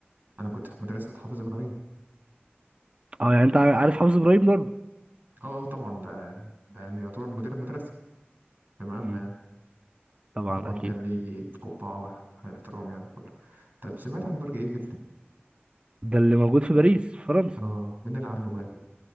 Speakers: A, on the right; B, on the right.
A: انا كنت في مدرسه حافظ ابراهيم
B: اه يعني انت عارف حافظ ابراهيم برضه
A: اه اه طبعا ده ده يعني يعتبر مدير المدرسه تمام
B: مم.
A: يعني
B: طبعا
A: طبعا
B: اكيد
A: كان لي قبعه واحترام يعني كله طب سمعت عن برج ايفل
B: ده اللي موجود في باريس في فرنسا
A: اه مين اللي عامله بقى